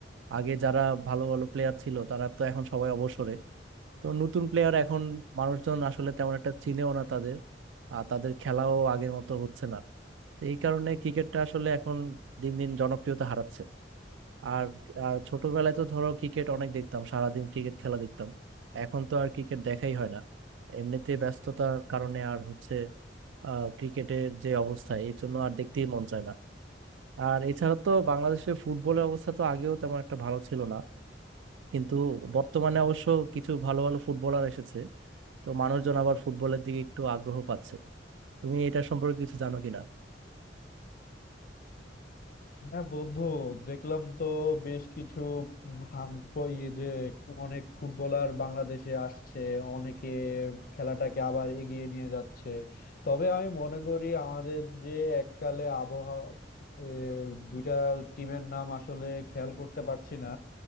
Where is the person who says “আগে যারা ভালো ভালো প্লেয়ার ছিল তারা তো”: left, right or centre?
Right